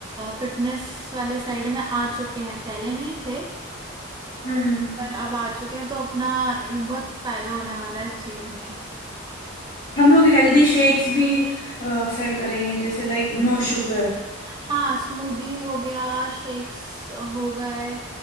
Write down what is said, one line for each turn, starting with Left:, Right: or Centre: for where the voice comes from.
Right: फिटनेस वाले साइड में आ चुके हैं पहले नहीं थे
Left: हम्म
Right: पर अब आ चुके हैं तो अपना ये बहुत फायदा होने वाला है इस चीज में
Left: हम लोग हेल्दी शेक्स भी सेल करेंगे जैसे लाइक नो शुगर
Right: हाँ स्मूदीज हो गया शेक्स हो गए